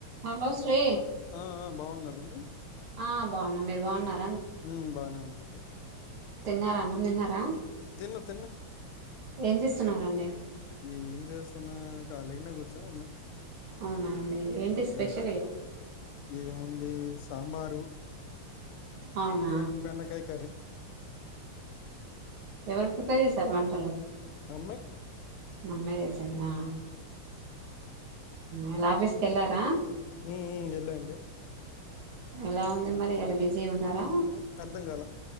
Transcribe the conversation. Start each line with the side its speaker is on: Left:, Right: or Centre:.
Right: Hello Sri
Left: ఆ! ఆ! ఆ! బాగున్నారండి
Right: ఆ బాగున్నా మీరు బాగున్నార
Left: ఉ బాగానే ఉన్నా ఒకే
Right: తిన్నారా అన్నం తిన్నారా
Left: తిన్న తిన్న
Right: ఏం చేస్తున్నారండి
Left: నేను ఏం చేస్తున్నా ఖాళీగానే కూర్చోనీ ఉన్నా
Right: అవునాండి ఏంటి స్పెషల్
Left: హ్మ్.
Right: ఇవ
Left: ఏముంది సాంబారు
Right: అవునా
Left: బెన్ బెండకాయ కర్రీ
Right: ఎవరు ప్రిపేర్ చేసారు వంటలు
Left: అమ్మే
Right: మమ్మే చేస్ సిందా ఇవలా ఆఫీస్కి కేళ్ళారా
Left: హ్మ్. హ్మ్. ఎళ్ళండి.
Right: ఎలా ఉంది మరి. ఇయ్యాల బిజీ ఉన్నారా
Left: హ్మ్. అర్థం కాలా.